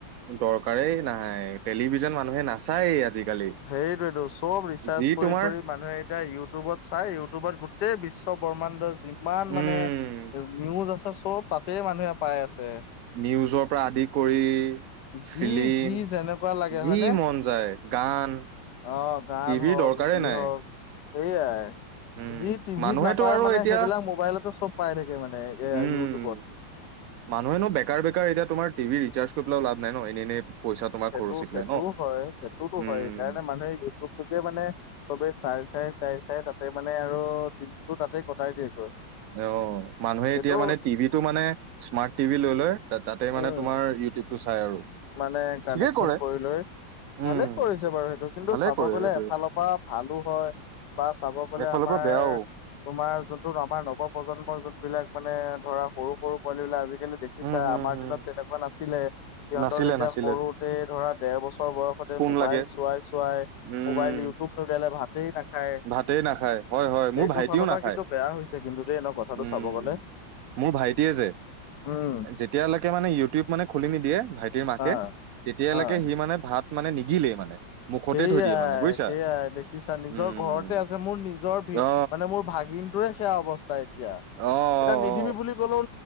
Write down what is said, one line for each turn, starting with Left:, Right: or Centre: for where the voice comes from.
Right: দৰকাৰেই নাই। টেলিভিছন মানুহে নাচায়েই আজিকালি।
Left: সেইটোৱেটো চব ৰিচাৰ্চ
Right: যি তোমাৰ
Left: কৰি মানুহে এতিয়া ইউটিউবত চাই, ইউটিউবত গোটেই বিশ্ব বিশ ব্ৰহ্মাণ্ডৰ যিমান মানে
Right: উম
Left: নিউজ আছে চব তাতেই মানুহে পাই আছে।
Right: নিউজৰ পৰা আদি কৰি ফিলি্ম
Left: যি যি যেনেকুৱা লাগে
Right: যি
Left: হয়নে?
Right: মন যায় গান
Left: অ' গান
Right: টিভিৰ
Left: হওক
Right: দৰকাৰেই
Left: যি
Right: নাই
Left: হওক সেইয়াই।
Right: উম
Left: যি টিভিত
Right: মানুহেতো
Left: নাপায়
Right: আৰু
Left: মানে
Right: এতিয়া
Left: সেইবিলাক মোবাইলতে চব পাই থাকে মানে এ
Right: উম
Left: ইউটিউবত।
Right: মানুহেনো বেকাৰ বেকাৰ এতিয়া তোমাৰ টিভি ৰিচাৰ্ কৰি পেলাও লাভ ন এনেই এনেই। পইচা তোমাৰ
Left: সেইটো
Right: খৰচি পেলাই
Left: সেইটোও
Right: ন
Left: হয়। সেইটোতো
Right: উম
Left: হয় সেইকাৰণে মানুহে ইউটিউবটোকে মানে চবে চাই চাই চাই চাই তাতে মানে আৰু দিনটো তাতে কটাই দিয়েগৈ।
Right: অ' মানুহে
Left: এইটো
Right: এতিয়া মানে টিভিটো মানে স্মাৰ্ট টিভি লৈ লয় তাতে
Left: উম
Right: মানে তোমাৰ ইউটিউব টো চাই আৰু।
Left: মানে কানেকচন
Right: ঠিকেই কৰে
Left: কৰি লৈ
Right: উম
Left: ভালেই কৰিছে বাৰু সেইটো কিন্তু
Right: ভালে
Left: চাব
Right: কৰে
Left: গলে
Right: সেইটোৱে
Left: এফালৰ পৰা ভালো হয়। বা চাব গ'লে
Right: একফালৰ
Left: আমাৰ
Right: পৰা বেয়াও
Left: তোমাৰ যোনটো আমাৰ নৱ প্ৰ্জন্মৰ জুনবিলাক মানে ধৰা সৰু সৰু পোৱালী বিলাক আজি দেখিছা
Right: উম হম
Left: আমাৰ
Right: হম
Left: দিনত তেনেকুৱা নাছিলে। সিহঁতক
Right: নাছিলে
Left: এতিয়া
Right: নাছিলে
Left: সৰুতে ধৰা দেৰ বছৰ ছৰ বয়সতে
Right: ফোন
Left: মোবাইল
Right: লাগে
Left: চোৱাই চোৱাই
Right: উম
Left: মোবাইল ইউটিউব নোলিয়ালে ভাত টেই নাখায়।
Right: ভাতেই নাখায় হয় হয়
Left: সেইটো
Right: মোৰ ভাইটিও
Left: ফালৰ পৰা
Right: নাখায়
Left: কিন্তু বেয়া হৈছে কিন্তু দেই এনে কথাটো
Right: উম
Left: চাব গ'লে।
Right: মোৰ ভাইটিয়ে যে
Left: উম
Right: যেতিয়ালৈকে মানে ইউটিউব মানে খুলি নিদিয়ে, ভাইটি ৰ মাকে
Left: হা
Right: তেতিয়ালৈকে
Left: হা
Right: সি মানে ভাত মানে নিগিলেই মানে। মুখতে
Left: সেইয়াই
Right: থৈ দিয়ে মানে বুজিছা
Left: সেইয়াই দেখিছা নি নিজৰ
Right: উম
Left: ঘৰতে আছে মোৰ নিজৰ ভ
Right: আহ
Left: মানে মোৰ ভাগিনটোৰে সেয়া অৱস্থা এতিয়া।
Right: অ
Left: এটা নিদিবি
Right: অ অ
Left: বুলি ক'লেও।